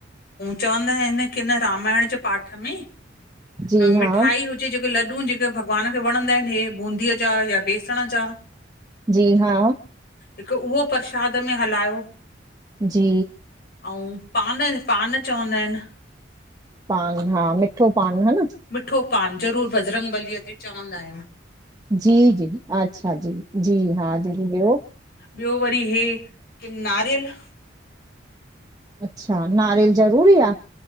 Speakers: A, on the left; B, on the right.
A: चवंदा आहिनि कि न रामायण जे पाठ में
B: जी हा
A: मिठाई हुजे जेके लॾु जेके भॻवान खे वणंदा आहिनि, हे बूंदीअ जा या बेसण जा।
B: जी हा
A: हिकु उहो प्रशाद में हलायो।
B: जी
A: अंउ पान, पान चवंदा ऐंन।
B: पान हा मिठो पान ह न?
A: मिठो पान ज़रूर बजरंग बलीअ ते चवंदा ऐंन।
B: जी-जी, अच्छा जी, जी हा दीदी ॿियो?
A: ॿियो वरी हे की नारियल
B: अच्छा, नारियल ज़रूरी आं?